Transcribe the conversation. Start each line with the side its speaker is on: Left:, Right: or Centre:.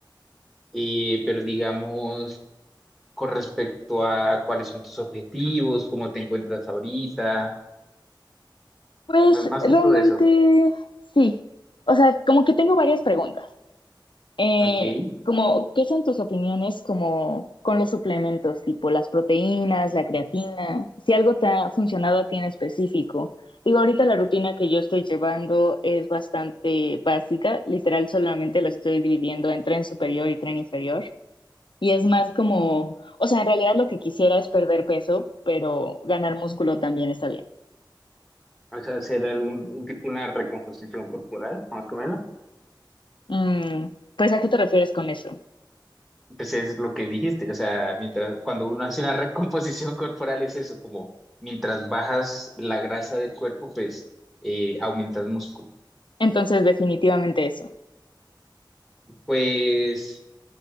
Centre: eh, pero digamos, con respecto a cuáles son tus objetivos, cómo te encuentras ahorita,
Left: Pues
Centre: más, más
Left: realmente
Centre: que todo eso.
Left: sí. O sea, como que tengo varias preguntas. Eh,
Centre: Ok.
Left: como, ¿qué son tus opiniones como con los suplementos, tipo las proteínas, la creatina? Si algo te ha funcionado a ti en específico. Digo, ahorita la rutina que yo estoy llevando es bastante básica, literal solamente lo estoy dividiendo en tren superior y tren inferior. Y es más como, o sea, en realidad lo que quisiera es perder peso, pero ganar músculo también está bien.
Centre: O sea, hacer algún un tipo una recomposición corporal, más o menos.
Left: Mm, pues, ¿a qué te refieres con eso?
Centre: Pues es lo que dijiste, o sea, mientras, cuando uno hace una recomposición <laughs> corporal es eso, como mientras bajas la grasa del cuerpo, pues eh, aumentas músculo.
Left: Entonces, definitivamente eso.
Centre: Pues.